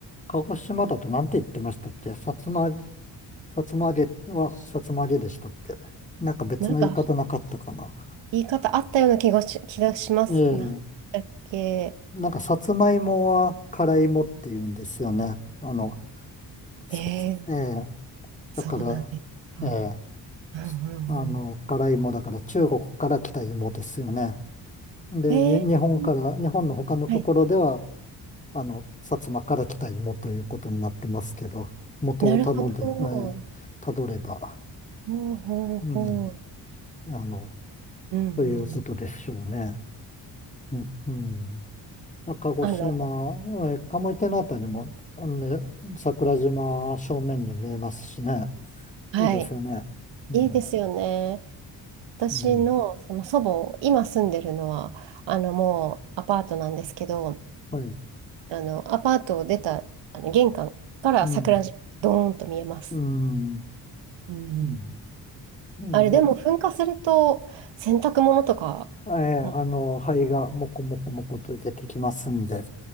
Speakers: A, on the left (about 15°); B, on the right (about 75°).
A: 鹿児島だとなんて言ってましたっけさつま、さつま揚げはさつま揚げでしたっけなんか別の言い方なかったかな。
B: なんか、言い方あったような気がし、気がします。
A: ええ
B: なんだっけ
A: なんかさつまいもは辛いもって言うんですよね。あの、さつ、
B: えー、
A: ええ
B: そうなんですか。
A: だから、ええ
B: うんうんうん。
A: あの、辛いもだから中国から来た芋ですよね。で、
B: えー
A: に、日本から、日本の他のところでは、
B: はい
A: あの、薩摩から来た芋ということになってますけど、元をたので、
B: なるほど。
A: えー、
B: ほ
A: たどれば、
B: うほうほう。
A: うん、あの、
B: うんうん。
A: ということでしょうね。うん。うん鹿児島、
B: あの、
A: えー、鴨池のあたりも、あのね、桜島正面に見えますしね。
B: はい。
A: いいですよね。うん、
B: いいですよね。私の、
A: うん、
B: その祖母、今住んでるのは、あの、もうアパートなんですけど、
A: はい、
B: あの、アパートを出た、あの、玄関から桜島、
A: うん、
B: ドーンと見えます。
A: うん、う
B: うんうん。
A: ん。うん、
B: あれ、
A: やっ
B: でも噴火すると、洗濯物とかも
A: ぱえーあの、灰がもこもこもこと出てきますんで。